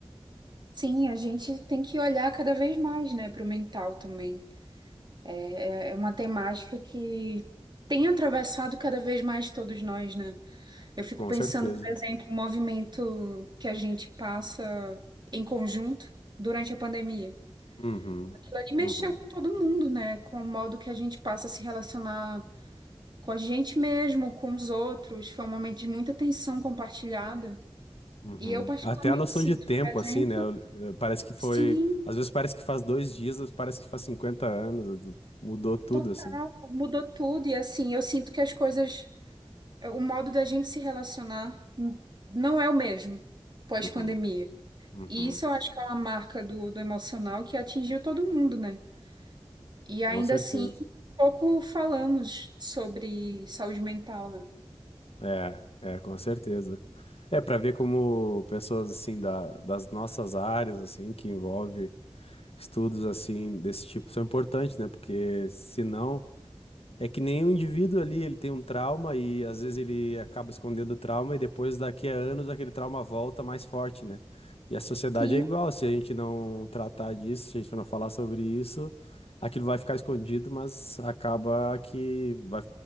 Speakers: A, on the right; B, on the left.
A: Sim, a gente tem que olhar cada vez mais, né, para o mental também. É, é é uma temática que tem atravessado cada vez mais todos nós, né? Eu fico
B: Com
A: pensando,
B: certeza.
A: por exemplo, o movimento que a gente passa em conjunto durante a pandemia.
B: Uhum.
A: Aquilo ali mexeu
B: Uhum.
A: com todo mundo, né? Com o modo que a gente passa a se relacionar com a gente mesmo, com os outros. Foi um momento de muita tensão compartilhada.
B: Uhum.
A: E eu particularmente
B: Até a noção
A: sinto,
B: de tempo,
A: por exemplo,
B: assim, né? Eu- eu- Parece que foi.
A: sim,
B: Às vezes parece que faz dois dias, às vezes parece que faz cinquenta anos. Mudou tudo,
A: total,
B: assim.
A: mudou tudo. E assim, eu sinto que as coisas, o modo da gente se relacionar hum, não é o mesmo pós-pandemia.
B: Uhum. Uhum.
A: E isso eu acho que é uma marca do, do emocional que atingiu todo mundo, né? E ainda
B: Com certeza.
A: assim, pouco falamos sobre saúde mental, né?
B: É, é, com certeza. É para ver como pessoas, assim, da, das nossas áreas, assim, que envolve estudos, assim, desse tipo, são importantes, né? Porque senão É que nem o indivíduo ali, ele tem um trauma e às vezes ele acaba escondendo o trauma e depois daqui a anos aquele trauma volta mais forte, né? E a sociedade
A: Sim,
B: é igual, se a gente não tratar disso, se a gente não falar sobre isso, aquilo vai ficar escondido, mas acaba que vai,